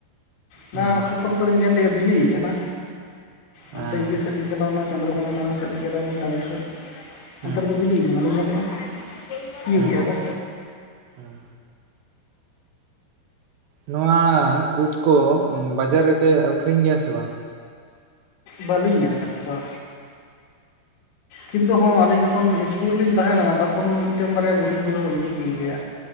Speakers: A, on the left (about 80°); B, on the right (about 75°).
A: ᱵᱟᱝ
B: ᱦᱩᱸ
A: ᱚᱠᱟ ᱠᱚᱨᱮ ᱫᱚᱞᱮ ᱧᱮᱞ ᱞᱮᱫᱼᱟ ᱵᱤᱞᱤ ᱠᱟᱱᱟ ᱚᱱᱛᱮ
B: ᱦᱮᱸ
A: ᱤᱭᱟᱹ ᱥᱮᱫ ᱞᱤᱧ ᱪᱟᱞᱟᱣᱱᱟ ᱪᱚᱱᱫᱨᱚᱠᱚᱱᱟ ᱴᱟᱣᱩᱱ ᱥᱮᱫ ᱞᱤᱧ ᱪᱟᱞᱟᱣ ᱞᱮᱱᱟ ᱴᱟᱣᱩᱱ ᱥᱮᱫ ᱚᱱᱛᱮ
B: ᱦᱩᱸ
A: ᱨᱮ ᱫᱚ ᱵᱤᱞᱤ ᱠᱟᱱᱟᱞᱤᱧ ᱧᱮᱞ ᱞᱮᱫᱼᱟ ᱛᱤᱭᱩᱜ
B: ᱦᱩᱸ
A: ᱜᱮᱼᱟ ᱠᱚ
B: ᱦᱩᱸ ᱱᱚᱣᱟ ᱠᱩᱫ ᱠᱚ ᱵᱟᱡᱟᱨ ᱨᱮᱠᱚ ᱟᱠᱷᱨᱤᱧ ᱜᱮᱭᱟ ᱥᱮ ᱵᱟᱝ
A: ᱵᱟᱹᱞᱤᱧ ᱧᱮᱞ ᱟᱠᱟᱫ ᱠᱚᱣᱟ ᱠᱤᱱᱛᱩ ᱦᱚᱸ ᱟᱹᱞᱤᱧ ᱡᱚᱠᱷᱚᱱ ᱤᱥᱠᱩᱞ ᱨᱮ ᱞᱤᱧ ᱛᱟᱦᱮᱸ ᱞᱮᱱᱟ ᱛᱚᱠᱷᱚᱱ ᱢᱤᱫᱴᱮᱱ ᱵᱟᱨᱭᱟ ᱵᱩᱲᱦᱤ ᱠᱚ ᱤᱫᱤ ᱠᱮ ᱜᱮᱭᱟ